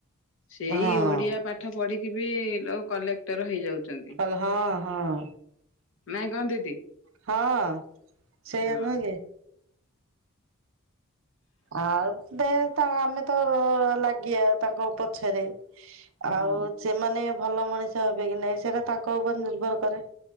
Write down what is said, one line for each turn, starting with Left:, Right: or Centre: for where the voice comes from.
Left: ସେଇ
Right: ହଁ ହଁ
Left: ଓଡ଼ିଆ ପାଠ ପାଠ ପଢିକି ବି ଲୋକ କଲେକ୍ଟର ହେଇଯାଉଛନ୍ତି।
Right: କହିଲେ ହଁ ହଁ।
Left: ନାଇଁ କଣ ଦିଦି?
Right: ହଁ, ସେଇଆ
Left: ହଁ
Right: ନୁହେଁ କି। ଆଉ ଦେ ତା ଆମେ ତ ଲାଗିଆ ତାଙ୍କ ପଛରେ
Left: ହୁଁ
Right: ଆଉ ସେମାନେ ଭଲ ମଣିଷ ହେବେ କି ନାଇଁ, ସେଟା ତାଙ୍କ ଉପରେ ନିର୍ଭର କରେ।